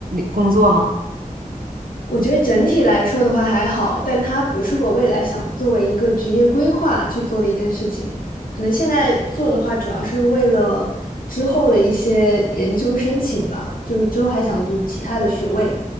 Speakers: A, on the right; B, on the left.
A: 工作吗？
B: 我觉得整体来说的话还好，但它不是我未来想作为一个职业规划去做的一件事情。可能现在做的话，主要是为了之后的一些研究申请吧，就是之后还想读其他的学位，